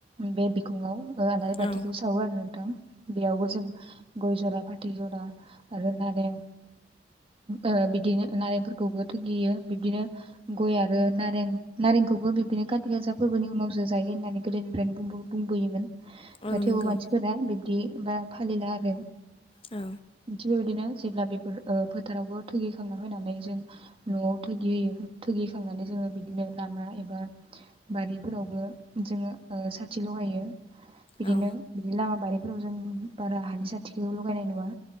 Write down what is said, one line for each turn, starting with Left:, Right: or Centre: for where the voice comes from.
Right: बे बिखंआव ओ आलारि
Left: औ
Right: बाथिखौ सावो आरो <unintelligible> नोंथां बेयावबो जों गय जरा फाथै थै जरा आरो नारें ओ बिदिनो नारेंफोरखौबो थुगियो बिब्दिनो गय आरो नारें नारेंखौबो बिब्दिनो खाथि गासा फोरबोनि उनावसो जायो होननानै गोदोनिफ्रायनो बुंबो बुंबोयोमोन
Left: औ
Right: दा थेवबो
Left: नंगौ
Right: मानसिफोरा बिब्दि बा फालिला आरो
Left: औ
Right: ओनथि बेबायदिनो जेब्ला बेफोर ओ फोथारावबो थुगिखांना होना नै जों न'आव थ'गियो-थ गिखांनानै जोङो बिदिनो लामा एबा बारिफोरावबो जोङो ओ साथि लगायो बिदिनो
Left: औ
Right: बिदि लामा बा बेफोराव जों बारा हानि साथिखौ लगायनाय नुवा